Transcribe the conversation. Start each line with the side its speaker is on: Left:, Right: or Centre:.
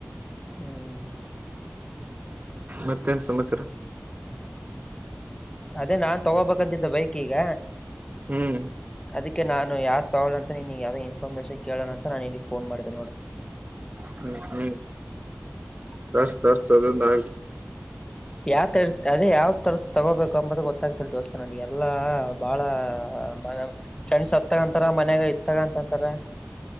Left: ಹ್ಮ್
Right: ಮತ್ತೇನ್ ಸಮಾಚಾರ
Left: ಅದೇ ನಾನ್ ತಗೋಬೇಕಂತಿದ್ದ ಬೈಕ್ ಈಗ
Right: ಹ್ಮ್
Left: ಅದಕ್ಕೆ ನಾನು ಯಾರ್ದ ತಗೋ ಅಂತ ನಿನ್ಗ ಯಾವ್ದೋ ಇನ್ಫಾರಮೇಶನ್ ಕೇಳೋಣ ಅಂತ ನಾನ ಇಲ್ಲಿ ಫೋನ್ ಮಾಡಿದೆ ನೋಡ
Right: ಹ್ಮ ಹ್ಮ್ ತರ್ಸಿ ತರ್ಸಿ ಅದೊಂದು ಅಗಲಿ
Left: ಯಾವ ತರ್ ಅದೇ ಯಾವ್ ತರ ತಗೋಬೇಕು ಅಂಬದು ಗೊತ್ತಾಗ್ತಿರ್ ದೋಸ್ತ ನನಗೆಲ್ಲಾ ಎಲ್ಲ ಬಹಳ ಫ್ರೆಂಡ್ಸ್ ಹೊತ್ತ ತಗಂತಾರ ಮನ್ಯಾಗ ಇ ತಗಂತಂತಾರ